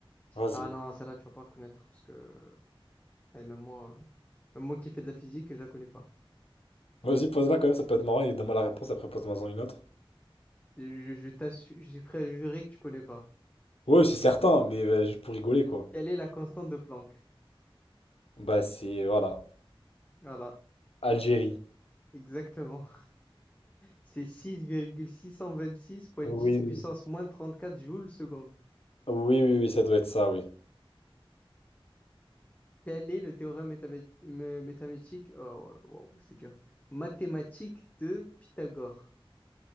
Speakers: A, on the left; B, on the left.
A: Vas-y.
B: Ah non, celle-là, tu vas pas reconnaître parce que, allez, même moi, euh, même moi qui fais de la physique, je la connais pas.
A: Vas-y, pose-la quand même, ça peut être marrant et donne-moi la réponse, après pose-moi-en une autre.
B: Je, je t'assure, je suis prêt à jurer que tu connais pas.
A: Ouais, c'est certain, mais euh, juste pour rigoler quoi.
B: Quelle est la constante de Planck?
A: Bah c'est... Voilà.
B: Voilà,
A: Algérie.
B: exactement. C'est six six virgule six cent vingt-six fois
A: Oui,
B: 10 puissance
A: oui.
B: moins 34 joules seconde.
A: Oui, oui, oui, ça doit être ça, oui.
B: Quel est le théorème métamé- mé- métamétique Oh, wow, wow, c'est dur. Mathématique de Pythagore.